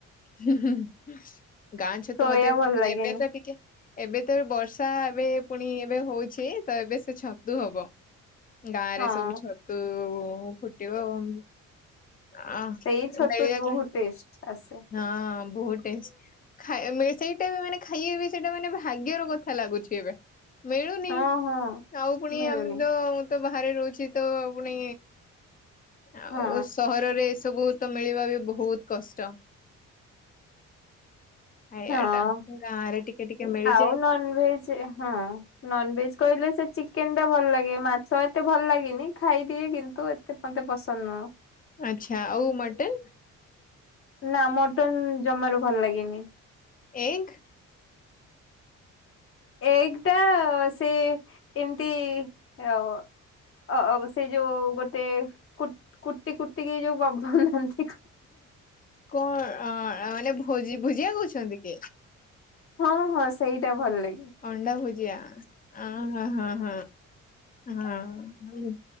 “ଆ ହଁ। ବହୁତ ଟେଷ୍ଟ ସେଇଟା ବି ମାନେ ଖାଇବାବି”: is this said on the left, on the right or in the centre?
Left